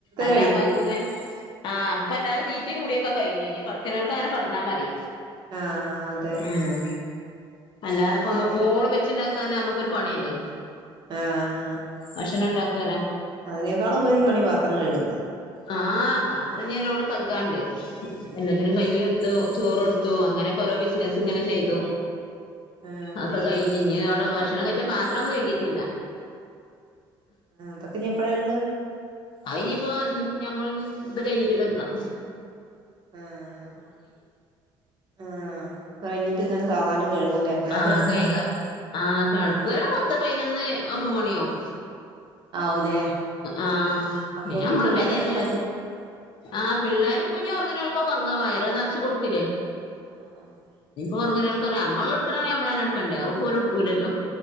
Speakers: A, on the left (about 55°); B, on the right (about 50°).
A: അല്ലപ്പൊ
B: കഴിഞ്ഞു
A: ഇങ്ങെ ആഹ് ഇപ്പ എല്ലാരും തീറ്റീ കൂടിയൊക്കെ കഴിഞ്ഞ് കടക്കുന്നവർക്ക് അങ്ങനെ കിടന്നാ മതി
B: ആഹ് അതെ
A: ഉം അല്ലാതെ ഇപ്പ
B: ശരിയാ
A: എപോളും വെച്ചിണ്ടാക്കാന്ന നമുക്കൊരു പണിയല്ലേ
B: ആഹാ
A: ഭക്ഷണം ഉണ്ടാകുകയാരാ
B: അതിനേക്കാളുപരി പണി പാത്രം കഴുകുന്നാ
A: ആഹ് പാത്രം ഞാൻ ലോഡ് കഴുകാൻ ഉണ്ട് എല്ലാത്തിനും കഞ്ഞി കൊടു ചോറ് കൊടുത്തു അങ്ങനൊക്കെ ഓരോ ബിസിനസ്സ് ഇങ്ങനെ ചെയ്തു
B: ആഹ്
A: അതൊക്കെ കഴിഞ്ഞു ഇനി അവിടെ ഭക്ഷണം
B: അതെ
A: കഴിച്ചാ പാത്രം ഒന്നും കഴിക്കിട്ടില്ല
B: അതൊക്കെ ഇനി എപ്പഴാ എഴുതുക
A: അത് ഇനിയിപ്പോ ഞമ്മൾ ഇത് കഴിഞ്ഞിട്ട് കേൾക്കാം
B: ആഹ് ആഹ് കഴിഞ്ഞി ഇങ്ങനെ സാവാധാനം കഴുകുല്ലേ എപ്പോഴാ
A: ആഹ്
B: കെടാകാ
A: കഴുകാ ആഹ് കിടകലെ പത്ത് പതിനൊന്ന് ഒക്ക മണിയാവും
B: ആവൂലേ
A: ആഹ്
B: അപ്പോഴേക്കും
A: ഇനി നമ്മളെ
B: പിള്ളേരൊക്കെ
A: പെരേലെ
B: പകു
A: ആഹ് പിള്ളേരിപ്പ ഉറങ്ങനെ ആൾക്കോകെ ഉറങ്ങാം വയറ് നിറച്ച് കൊടുത്തില്ലേ
B: ആഹ്
A: ഉറങ്ങനെ ഒറങ്ങ നമ്മള് എടുക്കണ പണി നമ്മളെ തന്നെ എടുക്കണ്ടേ അവ ഓല് എടുക്കൂലല്ലോ